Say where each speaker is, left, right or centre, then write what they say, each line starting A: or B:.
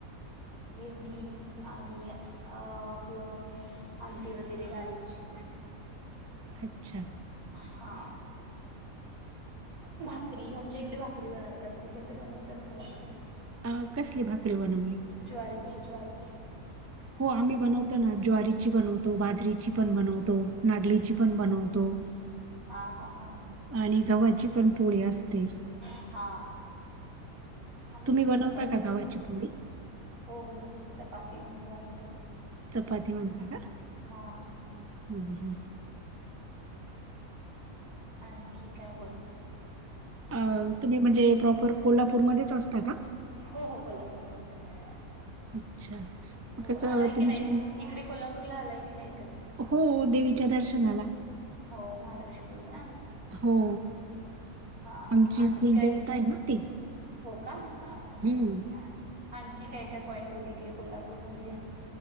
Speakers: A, on the right (about 85°); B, on the right (about 25°).
A: भेंडी आणि अ आपलं आमटी वगैरे डाळीची
B: अच्छा
A: हा भाकरी आमच्या इकडे भाकरी बनवतात तुमच्याइकडे बनवतात का भाकरी
B: अ कसली भाकरी बनवली.
A: ज्वारीची ज्वारीची
B: हो आम्ही बनवतो ना ज्वारीची बनवतो बाजरीची पण बनवतो नागलीची पण बनवतो. <unintelligible>
A: हा हा हा हा
B: आणि गव्हाची पण पोळी असते.
A: हा आम्ही
B: तुम्ही
A: इकडे
B: बनवता
A: चपाती
B: का
A: बोलतो.
B: गव्हाची पोळी?
A: हो हो चपाती म्हणतो आम्ही त्याला
B: चपाती म्हणता का
A: हा
B: हम्म हम्म
A: आणखी काय बोला
B: अ तुम्ही म्हणजे प्रॉपर कोल्हापूरमध्येच असता का?
A: हो हो कोल्हापूरमध्ये असते
B: अच्छा. मग
A: हो
B: कसं
A: आलाय
B: तुमची
A: की नाही इकडे कोल्हापूरला आलाय की नाही कधी.
B: हो देवीच्या दर्शनाला
A: हो महालक्ष्मीला ना
B: हो.
A: हा
B: आमची
A: आणखी
B: कुलदेवता
A: काय
B: आहे ना ती.
A: हो का हा हा हा.
B: हम्म.
A: आणखी काय काय पॉईंट बघितले कोल्हापूरमध्ये.